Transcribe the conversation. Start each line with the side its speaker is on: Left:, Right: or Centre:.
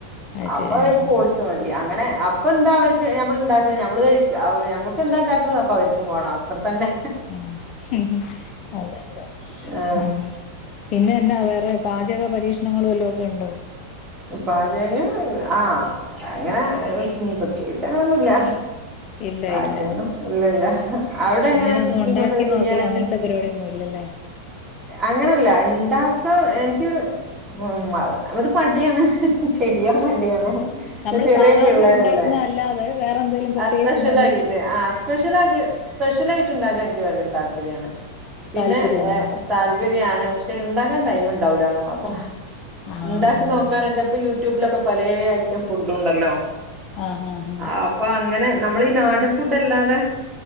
Left: അത്
Right: അപ്പവര്ക്ക്
Left: ശരി ആഹ്
Right: ഓട്സ് മതി അങ്ങനെ അപ്പൊന്താ അവർക്ക് ഞമ്മ ഇണ്ടാക്ക ഞമ്മൾ കഴിക്യ നമുക്കെന്താ ഉണ്ടാക്കുന്നത് അപ്പൊ അവർക്കും വാണം അത്രത്തന്നെ
Left: ആ മ് ഹ് അതേ അതെ
Right: ആഹ്
Left: ആ പിന്നെ പിന്നാ വേറെ പാചക പരീക്ഷണങ്ങള് വല്ലോം രണ്ടോ
Right: പാചകങ്ങള് ആ അങ്ങനെ പ്രത്യേകിച്ചങ്ങനൊന്നുല്ല
Left: ഇല്ല
Right: പാചകം
Left: ഇല്ല
Right: ഇല്ലില്ല അവിടെങ്ങനെ
Left: അങ്ങനെ ഒന്നും
Right: കുക്കിങ്ങൊക്കെ
Left: ഉണ്ടാക്കി നോക്കില്ല
Right: ചെയ്യാന
Left: അങ്ങനത്തെ പരിപാടിയൊന്നും ഇല്ലല്ലേ
Right: അങ്ങനല്ല ണ്ടാ ആ എനിക്ക് <unintelligible> മടിയാണ് ചെയ്യാൻ മടിയാണ്
Left: നമ്മള്
Right: ചെറിയ
Left: സാധാരണ
Right: പിള്ളേരല്ലേ
Left: ഉണ്ടാക്കുന്ന അല്ലാതെ വേറെ എന്തെലും പ്രത്യേകിച്ച്
Right: അ സ്പെഷ്യൽ
Left: എന്തെങ്കിലും
Right: ആക്കീട്ട് ആ സ്പെഷ്യൽ ആക്കി സ്പെഷ്യൽ റ്റ് ഇണ്ടാക്കാൻ എനിക്ക് ഭയങ്കര താല്പര്യാണ്. പിന്നെ
Left: താല്പര്യമാ
Right: ഏ താല്പ യാണ് പക്ഷെ ഉണ്ടാക്കാൻ ടൈം ഉണ്ടാവൂലാന്ന് മാത്രം
Left: ആഹ്
Right: ഇണ്ടാ ന്ന്
Left: അതെ
Right: നോക്കാനൊക്കെ
Left: അതെ
Right: അപ്പൊ യു ട്യൂബിലൊക്കെ പലേ ഐറ്റം ഫുഡുണ്ടല്ലോ
Left: ആഹ് ആഹ് ആഹ്
Right: ആപ്പൊ അങ്ങനെ നമ്മളീ നാടൻ ഫുഡല്ലാതെ